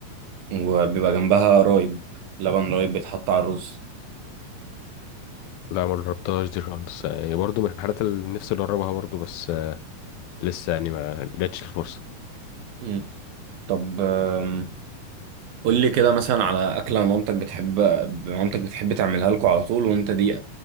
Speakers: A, on the right; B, on the left.
A: وبيبقى جنبها رايب لبن رايب بيتحط على الرز
B: لا ما جربتهاش دي خالص يعني برضو من الحاجات اللي نفسي أجربها برضو بس أه لسه يعني ما جاتش الفرصة
A: مم. طب آم، قول لي كده مثلا على أكلة مامتك بتحب مامتك بتحب تعملها لكم على طول وأنت دي